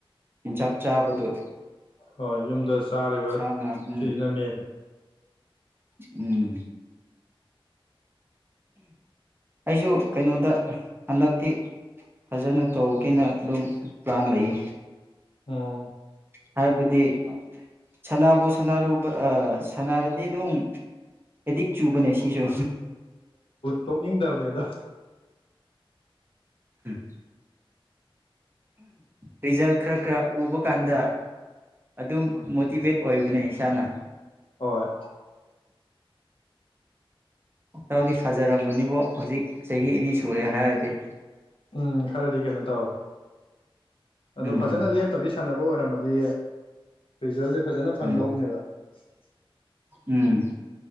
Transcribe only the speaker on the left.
ꯍꯣꯏ ꯌꯨꯝꯗ ꯆꯥꯔꯤꯕ
ꯁꯤꯁꯤꯅ ꯃꯦꯟꯅꯤ
ꯑꯣ
ꯇꯣꯛꯅꯤꯡꯗꯕꯅꯦ ꯑꯗꯣ
ꯍꯣꯏ
ꯎꯝ ꯈꯔꯗꯤ ꯀꯩꯅꯣ ꯇꯧꯔꯦ ꯑꯗꯣ
ꯐꯖꯅ ꯂꯦꯞꯇꯕꯤ ꯁꯥꯟꯅꯕ ꯑꯣꯏꯔꯝꯃꯗꯤ ꯔꯤꯖꯜ ꯐꯖꯅ ꯐꯪꯗꯧꯕꯅꯦꯕ
<unintelligible>